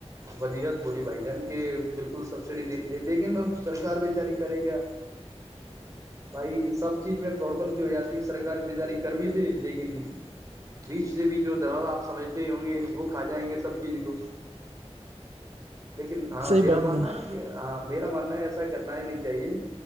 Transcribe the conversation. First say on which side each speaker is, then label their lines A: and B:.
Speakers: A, on the right; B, on the right.
A: وجیحت بولی بھائی جان کے بالکل سبسڈی دینی چاہیے لیکن اب سرک بیچاری کرے گ بھائی سب چیز میں فراڈ بنتی ہو جاتی ہے سرک بیچاری کر بھی تھی لیکن بیچ سے بیچ جو درال آپ سمج ہوں گے وہ کھا جائیں گے سب چیز کو لیکن ہاں
B: صحیح
A: میرا
B: بات
A: ماننا
B: جناب
A: ہے کہ ہاں میرا ماننا ایسا کرنا ہی نہیں چاہیے